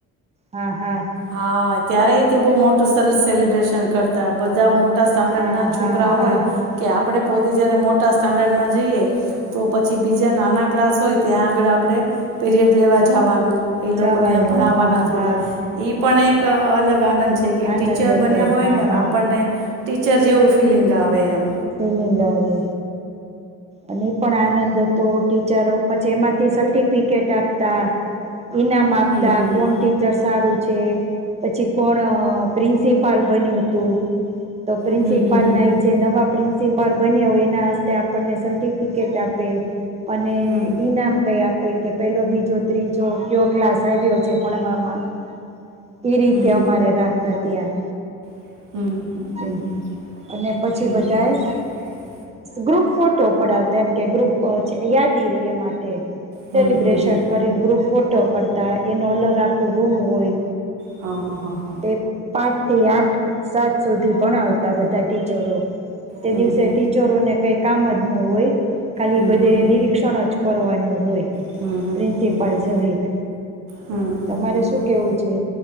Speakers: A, on the right; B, on the right.
A: હા હા.
B: હા ત્યારે તે બહ મોટું સરસ સેલિબ્રેશન કરતા. બધા મો ટા
A: હા
B: <unintelligible> છોકરા
A: હા હા
B: હોય
A: હા
B: કે આપણે પોત ત જ્યારે મોટા સ્ટાન્ડર્ડમાં જઈએ તો પછી બીજા નાના ક્લાસ હોય ત્યાં આગળ આપણે પીરિયડ લેવા જવાનું. એ લોકોને
A: જવાનું
B: ભણાવવાના
A: હા
B: થોડા
A: હા
B: પણ એક અલગ આનંદ. જે કે ટીચર
A: આનંદ હતો
B: બન્યા હોય
A: હા
B: ને
A: હા
B: આપણને ટીચર જેવું ફિલિંગ આવે એમ.
A: ફીલિંગ આવે. અને એ પણ આનંદ હતો. ટીચરો પછી એમાંથી સલટીફિકટ આપતા. ઈનામ આપતા
B: હમ હમ
A: કોણ
B: હમ
A: ટીચર સારું છે. પછી કોણ પ્રિન્સિપ પાલ બન્યું હતું. તો પ્રિન્સિપાલ
B: હમ
A: ના
B: હમ
A: ઈ જે નવા પ્રિન્સ સીપાલ બનીયા હોય એના હસ્તે આપ આપણને સલફિકેટ આપે. અને
B: હમ
A: ઈનામ કઈ આપ કે પેલો બીજો ત્રીજો કયો ક્લાસ આવ્યો છે. ભણવામાં એ રીતે
B: હમ
A: અમારે રાખતા ત્યાં.
B: હમ્મ.
A: એમ અને પછી બધાએ <unintelligible> ફોટો પડાવતા એમ કે ગ્રુપ યાદી રે એ માટે. સેલિબ્રેશન
B: હમ હમ હમ હમ
A: કરીને ગ્રુપ ફો તો કરતા એનો અલગ આખો રૂમ હોય.
B: હ હ હ હ.
A: તે પાંચ થી આઠ સાત સુધી ભણાવતા બધા ટીચરો. તે
B: હમ
A: દિવસે
B: હમ
A: ટીચરોને કઈક કામજ ન હોય. ખાલી
B: હમ
A: બધે
B: હમ હમ
A: નિરીક્ષણ જ કરવાનું હોય.
B: હમ હમ
A: પ્રિન્સિપાલ
B: હમ હમ
A: સહિત.
B: હમ હમ
A: તમારે
B: હમ હમ
A: શું કેવું છે?